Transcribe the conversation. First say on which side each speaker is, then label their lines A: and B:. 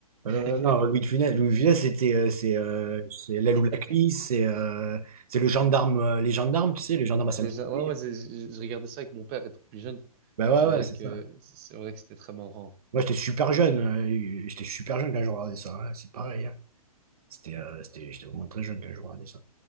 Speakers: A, on the right; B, on the right.
A: Euh,
B: ouais.
A: non, Louis de Funès, Louis de Funès, c'était, euh, c'est euh, c'est l'aile
B: <laughs>
A: ou la cuisse, c'est euh, c'est le gendarme, euh, les gendarmes, tu sais, les gendarmes à Saint-Tropez.
B: Les gens- ouais ouais, c'est- je, je regardais ça avec mon père étant plus jeune.
A: Ben ouais,
B: C'est
A: ouais,
B: vrai
A: c'est
B: que
A: ça.
B: c'est vrai que c'était très marrant.
A: Moi, j'étais super jeune, euh, j'étais super jeune quand je regardais ça, hein, c'est pareil. hein. C'était, euh, c'était, j'étais vraiment très jeune quand je regardais ça.